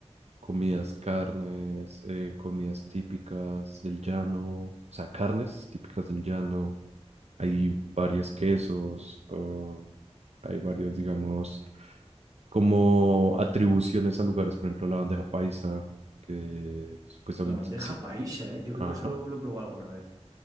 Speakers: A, on the right; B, on the right.
A: comidas, carnes, eh, comidas típicas del llano, o sea, carnes típicas del llano. Hay varios quesos, o hay varios, digamos, como atribuciones a lugares, por ejemplo, la bandeja paisa, que supuestamente
B: La bandeja
A: sí,
B: paisa, ¿eh? Yo creo
A: ajá.
B: que eso lo he probado alguna vez.